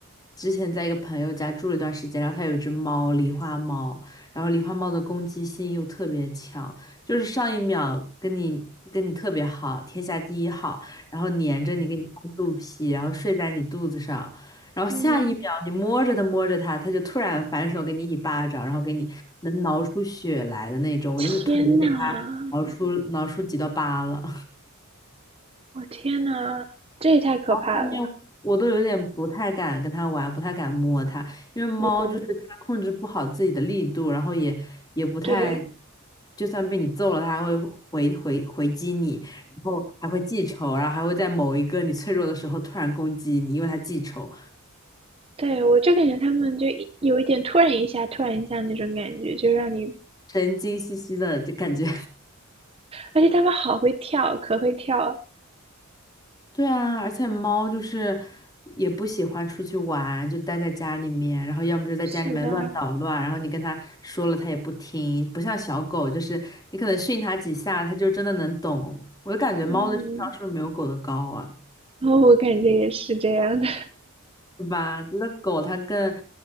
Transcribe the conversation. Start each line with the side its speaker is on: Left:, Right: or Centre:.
Left: 之前在一个朋友家住了一段时间，然后他有一只猫狸花猫，然后狸花猫的攻击性又特别强，就是上一秒跟你跟你特别好，天下第一好，然后粘着你，给你拍肚皮，然后睡在你肚子上，然后下一秒你摸着它摸着它，
Right: 嗯，
Left: 它就突然反手给你一巴掌，然后给你能挠出血来的那种，我就是腿都给它挠出挠出几道疤了。
Right: 天呐，我天呐，这也太可怕了吧！
Left: 后面我都有点不太敢跟它玩，不太敢摸它，因为猫就是它控制不好自己的力度，
Right: 嗯，
Left: 然后也也不太，
Right: 对，
Left: 就算被你揍了，它还会回回回击你，然后还会记仇，然后还会在某一个你脆弱的时候突然攻击你，因为它记仇，
Right: 对，我就感觉他们就一有一点突然一下，突然一下那种感觉，就让你，
Left: 神经兮兮的就感觉。
Right: 而且他们好会跳，可会跳。
Left: 对啊，而且猫就是也不喜欢出去玩，就待在家里面，然后要么就在家里面乱捣乱，
Right: 是的，
Left: 然后你跟它说了它也不听，不像小狗，就是你可能训它几下，它就真的能懂。我就感觉猫的智商是不是没有狗的高啊？
Right: 嗯，然后我感觉也是这样的。
Left: 是吧？觉得狗它更